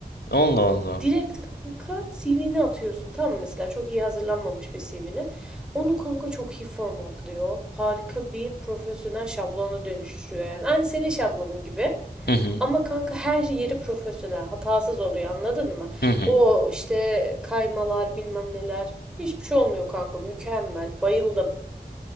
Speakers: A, on the left; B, in the centre.
A: Allah Allah.
B: Direkt kanka CV'ni atıyorsun. Tamam mı? mesela çok iyi hazırlanmamış bir CV'ni. Onu kanka çok iyi formatlıyor. Harika bir profesyonel şablonu dönüştürüyor yani. Aynı senin şablonun gibi.
A: Hı hı
B: Ama kanka her şey yeri profesyonel. Hatasız oluyor anladın mı?
A: hı hı.
B: O işte kaymalar bilmem neler. Hiçbir şey olmuyor kanka. Mükemmel. Bayıldım.